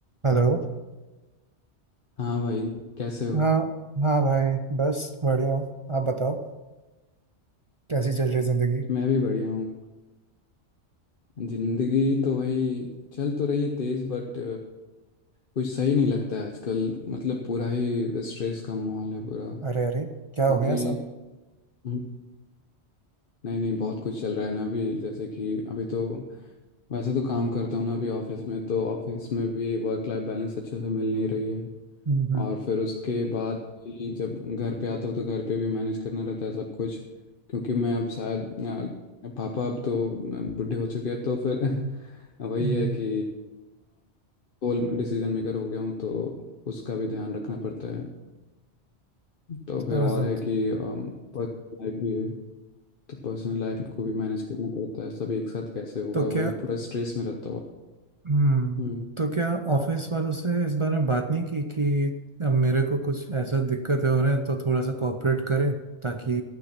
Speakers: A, on the right; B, on the left.
A: Hello
B: हाँ भाई कैसे हो
A: हाँ हाँ भाई बस बढ़िया हूँ आप बताओ कैसी चल रही जिंदगी
B: मैं भी बढ़िया हूँ जिंदगी तो वही चल तो रही है तेज बट कुछ सही नहीं लगता है आजकल मतलब पूरा ही स्ट्रेस का माहौल है पूरा
A: अरे अरे क्या
B: क्योंकि
A: हो गया ऐसा
B: हम्म, नहीं नहीं बहुत कुछ चल रहा है ना अभी जैसे कि अभी तो वैसे तो काम करता हूँ ना अभी ऑफिस में तो ऑफिस में भी वर्क लाइफ बैलेंस अच्छे से मिल नहीं रही है
A: हम्म
B: और फिर उसके बाद ही जब घर पे आता हूँ तो घर पे भी मैनेज करना रहता है सब कुछ क्योंकि मैं अब शायद अ, पापा अब तो बूढ़े हो चुके हैं तो फिर <laughs> वही
A: हम्म
B: है
A: हम्म,
B: कि ऑल डिसीजन मेकर हो गया हूँ तो उसका भी ध्यान रखना पड़ता है तो
A: समझ
B: फिर और
A: रहा
B: है
A: था।
B: कि पर्सनल लाइफ भी है तो पर्सनल लाइफ को भी मैनेज करना पड़ता है सब एक साथ कैसे होगा
A: तो
B: वही
A: क्या
B: पूरा स्ट्रेस में रहता हुआ
A: हम्म
B: हम्म
A: तो क्या ऑफिस वालों से इस बारे में बात नहीं की कि अब मेरे को कुछ ऐसा दिक्कतें हो रहे हैं तो थोड़ा सा कोऑपरेट करें ताकि